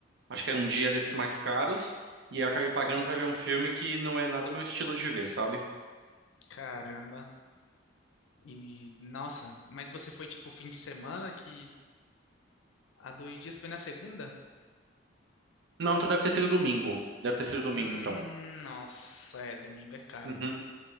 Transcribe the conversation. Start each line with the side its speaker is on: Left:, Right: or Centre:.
Right: acho que era um dia desses mais caros, e eu acabei pagando pra ver um filme que não é nada o meu estilo de ver, sabe?
Left: caramba. E, nossa, mas você foi tipo fim de semana que há dois dias foi na segunda?
Right: Não, então deve ter sido domingo. Deve ter sido domingo,
Left: Hum,
Right: então.
Left: nossa, é, domingo é caro.
Right: Uhum.